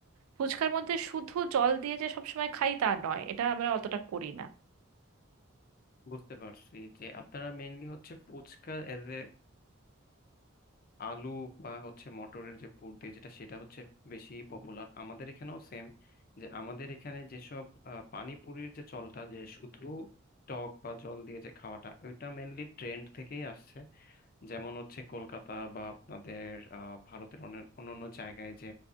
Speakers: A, on the right (about 85°); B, on the left (about 40°).
A: ফুচকার মধ্যে শুধু জল দিয়ে যে সবসময় খাই তা নয় এটা আমরা অতটা করি না
B: বুঝতে পারছি যে আপনারা মেইনলি হচ্ছে ফুচকা এজ এ আলু বা হচ্ছে মটরের যে পুর দিয়ে যেটা সেটা হচ্ছে বেশি পপুলার আমাদের এখানেও সেম যে আমাদের এখানে যেসব আহ, পানিপুরির যে চলটা যে শুধু টক বা জল দিয়ে যে খাওয়াটা ওইটা মেইনলি ট্রেন্ড থেকেই আসছে যেমন হচ্ছে কলকাতা বা আপনাদের আহ, ভারতের অন্য- অন্যান্য জায়গায় যে